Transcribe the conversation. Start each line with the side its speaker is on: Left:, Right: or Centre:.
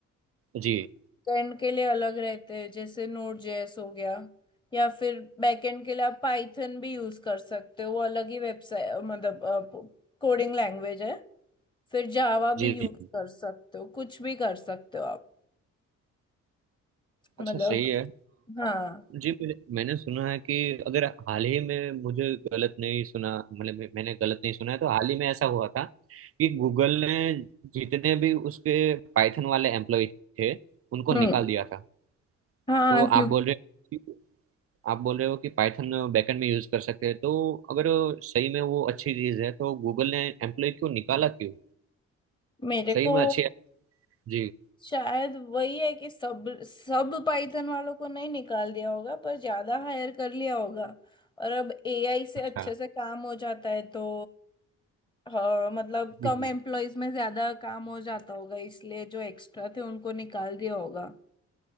Right: जी
Left: एंड के लिए अलग रहते हैं जैसे नोड जेएस हो गया या फिर बैकएंड के लिए आप पाइथन भी यूज कर सकते हो वो अलग ही वेबसाइट मतलब कोडिंग लैंग्वेज है फिर जावा
Right: जी
Left: भी यूज
Right: जी।
Left: कर सकते हो कुछ भी कर सकते हो आप मतलब
Right: अच्छा सही है
Left: हाँ
Right: जी मैंने मैंने सुना है कि अगर हाल ही में मुझे गलत नहीं सुना मतलब मैं- मैंने गलत नहीं सुना है तो हाल ही में ऐसा हुआ था कि गूगल ने जितने भी उसके पाइथन वाले एम्प्लॉय थे उनको
Left: हम्म
Right: निकाल दिया था
Left: हाँ
Right: तो आप
Left: क्योंकि
Right: बोल रहे हो कि- आप बोल रहे हो कि पाइथन बैकएंड में यूज कर सकते हैं तो अगर सही में वो अच्छी चीज है तो गूगल ने एम्प्लॉय क्यों निकाला क्यों
Left: मेरे
Right: सही
Left: को
Right: में अच्छी है जी
Left: शायद वही है कि सब सब पाइथन वालों को नहीं निकाल दिया होगा पर ज्यादा हायर कर लिया होगा और अब एआई से
Right: अच्छा
Left: अच्छे से काम हो जाता है तो हाँ, मतलब
Right: जी
Left: कम
Right: जी
Left: एम्प्लॉयज में ज्यादा काम हो जाता होगा इसलिए जो एक्स्ट्रा थे उनको निकाल दिया होगा